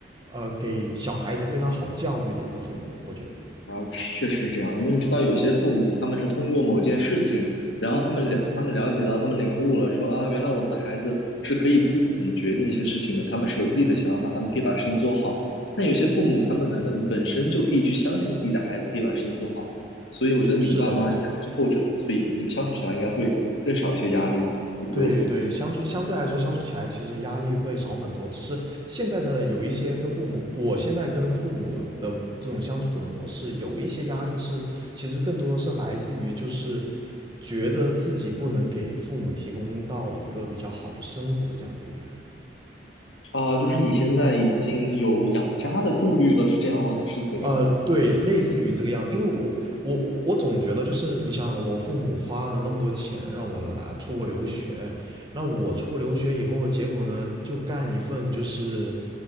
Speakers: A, on the right; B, on the left.
A: 呃给小孩子非常好教育的一个父母，我觉得。
B: 然后是确实是这样，因为你知道有些父母他们是通过某件事情，然后他们了他们了解到，他们领悟了说，啊，原来我的孩子是可以自己决定一些事情的，他们是有自己的想法，他们可以把事情做好。但有些父母他们可能本身就可以去相信自己的孩子可以把事情做好，所以我觉得你的爸妈应该是后者，
A: 是的，没错。
B: 所以你们相处起来应该会更少一些压力和隔阂
A: 对对，相处相对来说相处起来其实压力会少很多，只是现在的有一些跟父母，我现在跟父母的这种相处的模式，有一些压力是其实更多是来自于就是觉得自己不能给父母提供到一个比较好的生活的这样子一个压力。
B: 啊。就是你现在已经有养家的顾虑了，是这样吗？还是怎样？
A: 呃，对，类似于这个样子，因为我我我我总觉得就是你想，我父母花了那么多钱让我来出国留学，那我出国留学以后，结果呢就干一份就是